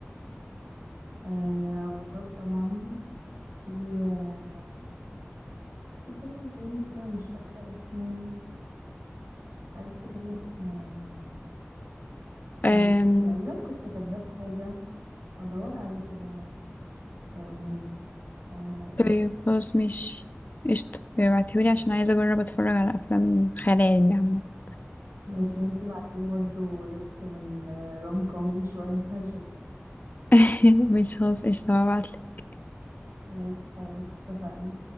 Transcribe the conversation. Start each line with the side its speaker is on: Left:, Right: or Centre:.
Right: آه افاتار طبعا في آه في فيلم تاني كده مش فاكرة اسمه عايزة افتكرلك اسمه يعني لما
Left: أم...
Right: فت... تقريبا كنت كاتباه في حاجة هدور عليه كده و- واقوله لك اول ما الاقيه
Left: طيب خلاص مش قشطة ابعتيهولي عشان عايزة أجرب أتفرج على أفلام خيال علمي عامة
Right: ماشي وانتي بعتيلي برضه ليست من آه، روم كوم <laughs> شوية هشوف
Left: <laughs> مش خلاص قشطة هبعتلك
Right: ماشي خلاص اتفقنا